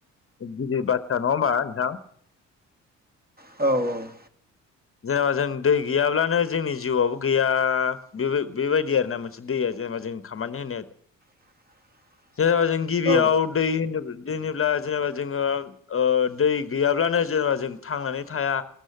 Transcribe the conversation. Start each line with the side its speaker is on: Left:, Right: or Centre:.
Left: गिदिर बाथ्रा नङा होमबा नोंथां
Right: औ औ।
Left: जेनेबा जों दै गैयाब्लानो जोंनि जिउआबो गैया बेबो बेबायदि आरोना मोनसे दैया जेनेबा जों खामानि होनाया
Right: <inaudible>
Left: जेनबा जों गिबियाव
Right: औ
Left: दै होनो जेनेबा जोङो ओ दै गैयाब्लानो जेनेबा जों थांनानै थाया